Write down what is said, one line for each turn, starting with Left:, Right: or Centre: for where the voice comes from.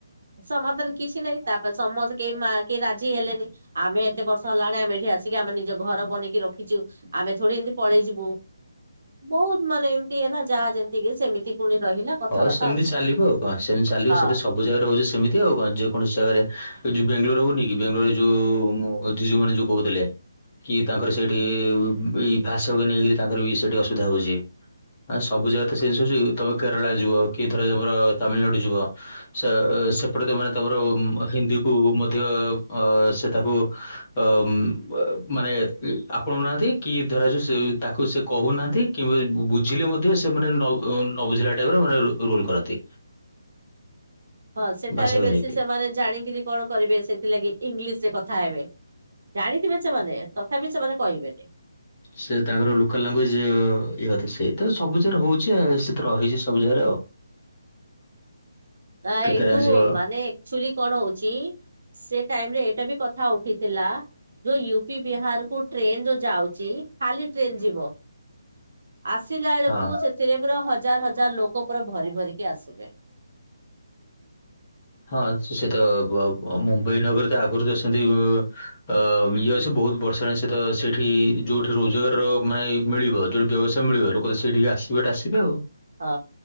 Right: ସମାଧାନ କିଛି ନାଇଁ ତାପରେ ସମସ୍ତେ କେହି ମା କେହି ରାଜି ହେଲେନି। ଆମେ ଏତେ ବର୍ଷ ହେଲାଣି ଆମେ ଏଇଠି ଆସିକି ଆମେ ନିଜ ଘର ବନେଇକି ରଖିଚୁ ଆମେ ଥୋଡି ଏମତି ପଳେଇ ଯିବୁ। ବୋହୁତ ମାନେ ଏମତି ହେଲା ଯାହା ଯେମତି କି ସେମିତି ପୁଣି ରହିଲା। କଥାବାର୍ତ୍ତା
Left: ହୋଉ ସେମତି
Right: ଆଉ କଣ।
Left: ଚାଲିବ ଆଉ କଣ ସେମତି ଚାଲିବ
Right: ହଁ
Left: ସେତ ସବୁ ଜାଗାରେ ହୋଉଚି ସେମିତି ଆଉ କଣ ଯେକୌଣସି ଜାଗାରେ ଏଇ ଯୋଉ ବାଙ୍ଗାଲୋର ହୋଉନି କି ବାଙ୍ଗଲୋରରେ ଯୋଉ ଉଁମ୍ ଯେ ସେମାନେ ଯୋଉ କୋହୁଥିଲେ କି ତାଙ୍କର ସେ ଏ ଏଇ ଭାଷକୁ ନେଇକିରି ତାଙ୍କର ବି ସେଠି ଅସୁବିଧା ହୋଉଚି। ନାଇ ସବୁ ଜାଗାରେ ତ ସେଇ ଜିନଷ ହୋଉଚି ତମେ କେରଳା ଯିବ କି ଧର ତମର ତାମିଲନାଡୁ ଯିବ ସେ ସେପଟେ ତାମାନେ ତମର ହିନ୍ଦୀକୁ ମଧ୍ୟ ଅ ସ୍ ଏ ତାକୁ ତ ଉମ୍ ବ ମାନେ ଏ ଆପଣୋଉ ନାହାନ୍ତି କି ଧରାଯାଉ ସେ ତାକୁ ସେ କୋହୁନାହାନ୍ତି କିମ୍ବା ବୁ-ବୁଝିଲେ ମଧ୍ୟ ସେମାନେ ନ ଅ ନବୁଝିଲା ଟାଇପର ମାନେ ରୋ-ରୋଲ କରନ୍ତି।
Right: ହଁ ସେଠାରେ
Left: ଭାଷାକୁ
Right: ବେଶୀ
Left: ନେଇକି
Right: ସେମାନେ ଜାଣିକିରି କଣ କରିବେ ସେଇଥିଲାଗି ଇଂଲିଶରେ କଥା ହେବେ। ଜାଣିଥିବେ ସେମାନେ ତଥାପି ସେମାନେ କହିବେନି।
Left: ସେ ତାଙ୍କର ଲୋକାଲ ଲାଙ୍ଗୁଏଜ ଇଏ ହବାଥା ସେଇ ତ ସବୁ ଜାଗାରେ ହୋଉଚି ଆ ସେ ତ ରହିଚି ସବୁ ଜାଗାରେ ଆଉ।
Right: ନା
Left: କେତେଟା
Right: ଏଇଠୁ
Left: ଜିନିଷ
Right: ମାନେ ଏକଚୋଲି କଣ ହୋଉଚି ସେ ଟାଇମରେ ଏଇଟା ବି କଥା ଉଠିଥିଲା ଯୋଉ ୟୁ ପି ବିହାରକୁ ଟ୍ରେନ ଯୋଉ ଯାଉଚି ଖାଲି ଟ୍ରେନ ଯିବ ଆସିଲା ବେଳକୁ
Left: ହଁ
Right: ସେଥିରେ ପୁରା ହଜାର ହଜାର ଲୋକ ପୁରା ଭରି ଭରିକି ଆସିବେ।
Left: ହଁ ସେ ତ ବ ଅ ମୁମ୍ବାଇ ନଗର ତ ଆଗରୁ ଯାଇ ସେ ସେମତି ଅ ଇଏ ଅଛି ବୋହୁତ ବର୍ଷ ହେଲଣି ସେତ ସେଇଠି ଯୋଉଠି ରୋଜଗାରର ମାନେ ମିଳିବ ଯୋଉଠି ବ୍ୟବସାୟ ମିଳିବ ଲୋକ ତ ସେଇଠିକି ଆସିବାଟା ଆସିବେ ଆଉ।
Right: ହଁ